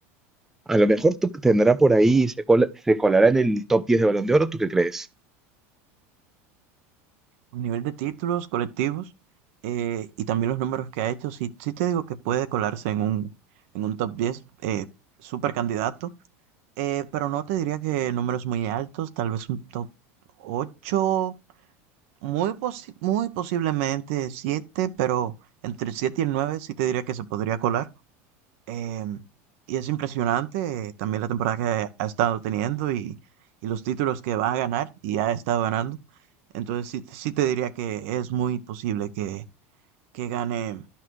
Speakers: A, in the centre; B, on the right.
A: A lo mejor tú tendrá por ahí, se, col- se colará en el top 10 de Balón de Oro, ¿tú qué crees?
B: A nivel de títulos colectivos eh, y también los números que ha hecho, sí, sí te digo que puede colarse en un, en un top diez eh, súper candidato. Eh, pero no te diría que números muy altos, tal vez un top ocho muy, posi- muy posiblemente siete pero entre el 7 y el 9 sí te diría que se podría colar. Em, y es impresionante eh, también la temporada que ha estado teniendo y, y los títulos que va a ganar y ha estado ganando. Entonces sí, sí te diría que es muy posible que, que gane,